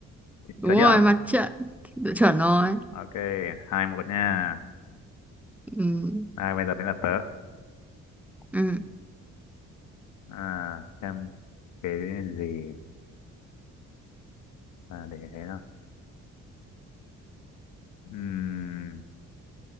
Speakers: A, in the centre; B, on the left.
A: đúng
B: chuẩn
A: rồi
B: chưa
A: mặt trận Đội chuẩn rồi
B: ok hai một nha
A: ừ.
B: à, bây giờ đến là tớ
A: Ừ.
B: à, xem cái gì à, để thế nào